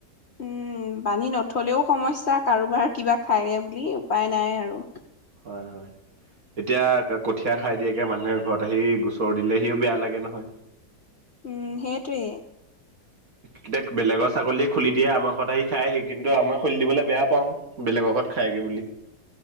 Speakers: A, on the left; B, on the right.
A: উম। উম। বান্ধি নথলেও সমস্যা কাৰোবাৰ কিবা খায়গে বুলি উপায় নাই আৰু-
B: হয় হয়। এতিয়া কঠীয়া খাই দিয়েগে। মানুহে ঘৰত আহি গোচৰ দিলেহিও বেয়া লাগে নহয়
A: উম সেইটোৱে।
B: কেতিয়া বেলেগৰ ছাগলীয়ে খুলি দিয়ে আমাৰ ঘৰত আহি খাই সি কিন্তু আমাৰ খুলি দিবলে বেয়া পাওঁ। বেলেগত লগত খায়গে বুলি